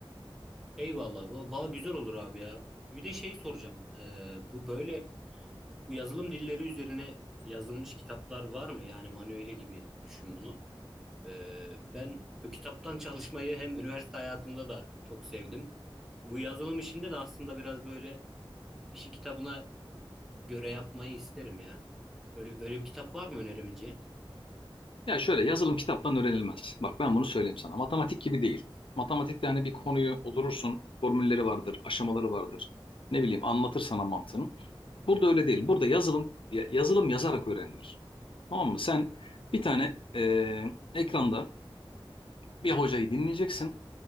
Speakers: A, in the centre; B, on the left (about 65°).
A: Eyvallah. Va- Valla güzel olur abi ya. Bir de şey soracağım. E, bu böyle bu yazılım dilleri üzerine yazılmış kitaplar var mı? Yani manueli gibi düşün bunu. E, ben bu kitaptan çalışmayı hem üniversite hayatımda da çok sevdim. Bu yazılım işinde de aslında biraz böyle işi kitabına göre yapmayı isterim ya. Öyle, öyle bir kitap var mı önerebileceğin?
B: Ya şöyle yazılım kitaptan öğrenilmez. Bak ben bunu söyleyeyim sana. Matematik gibi değil. Matematikte hani
A: Hmm.
B: bir konuyu oturursun, formülleri vardır, aşamaları vardır. Ne bileyim anlatır sana mantığını. Burada öyle değil. Burada yazılım ya- yazılım yazarak öğrenilir. Tamam mı? Sen bir tane e, ekranda bir hocayı dinleyeceksin.